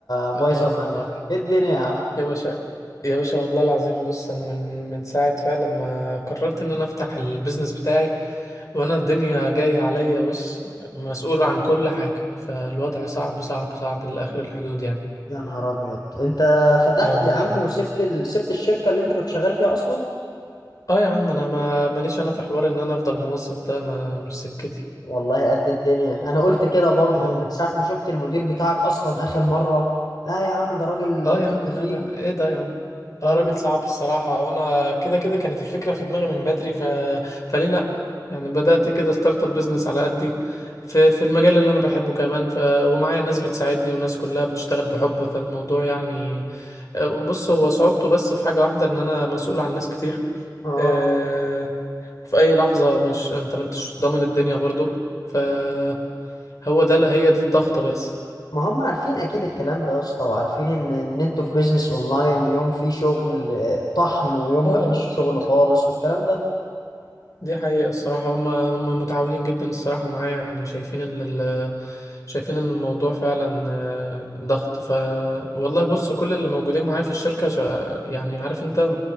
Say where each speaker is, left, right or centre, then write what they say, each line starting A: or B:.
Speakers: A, on the left (about 70°); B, on the left (about 50°).
A: بايظة
B: اه والله
A: معاه ايه الدنيا يا عم
B: يا باشا يا باشا والله العظيم بص انا من من ساعه فعلا ما قررت ان انا افتح البيزنس بتاعي وانا الدنيا جايه عليا بص مسؤول عن كل حاجه فالوضع صعب صعب صعب لاخر الحدود يعني
A: يا نهار ابيض انت فتحت
B: اه والله
A: يا عم وسبت ال... سبت الشركة اللي انت كنت شغال فيها اصلا
B: اه يا عم انا ما مانيش انا في حوار ان انا افضل موظف ده ما مش سكتي
A: والله قد الدنيا انا قلت كده برضو
B: آه.
A: من ساعة ما شفت المدير بتاعك اصلا اخر مرة لا يا عم ده راجل
B: اه
A: راجل
B: يا عم
A: قفيل
B: لا لا ايه ده يا عم
A: اه
B: اه راجل صعب الصراحة وانا كده كده كانت الفكرة في دماغي من بدري ف... فليه لا يعني بدأت كده ستارت اب بيزنس على قدي في في المجال اللي انا بحبه كمان ف... ومعايا ناس بتساعدني وناس كلها بتشتغل بحب فالموضوع يعني آه، بص هو صعوبته بس في حاجة واحدة ان انا مسؤول عن ناس كتير
A: اه
B: آه، في اي لحظة مش انت ما انتش ضامن الدنيا برضو فهو ده هي دي الضغطة بس
A: ما هم عارفين اكيد الكلام ده يا اسطى وعارفين ان ان انتوا في بيزنس اونلاين يوم فيه شغل آه، طحن ويوم
B: اه اه
A: ما فيش
B: بالظبط
A: شغل خالص والكلام ده
B: دي حقيقة الصراحة هم هم متعاونين جدا الصراحة معايا يعني شايفين ال ال- شايفين إن الموضوع فعلا آه، ضغط ف والله بص كل اللي موجودين معايا في الشركة شا... يعني عارف انت